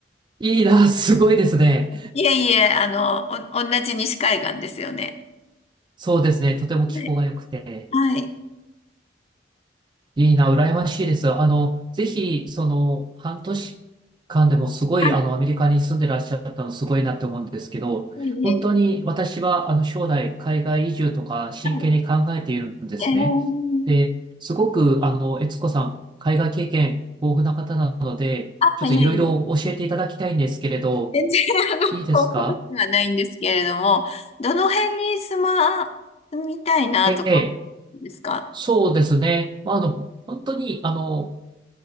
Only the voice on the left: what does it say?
いえいえ、あの、お、同じ西海岸ですよね。
はい。はい。
あ
いえいえ。
はい。えー、
あ、
いえいえ。全然、あの、
覚えはないんですけれども、どの辺に住ま、住みたいなとか、
ですか